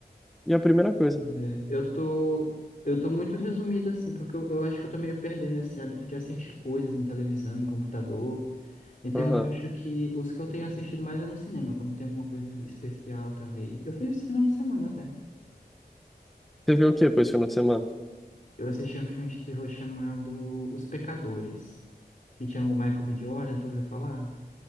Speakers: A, in the centre; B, on the left.
A: E a primeira coisa.
B: Pois é, eu tô, eu tô muito resumido assim, porque eu, eu acho que eu tô meio perdendo esse hábito de assistir coisas em televisão, em computador. Então
A: Aham.
B: eu acho que os que eu tenho assistido mais é no cinema, quando tem alguma coisa especial, talvez. Eu fui esse final de semana até.
A: Você viu o que depois, final de semana?
B: Eu assisti um filme de terror chamado Os Pecadores, que tinha o Michael B. Jordan, tu ouviu falar?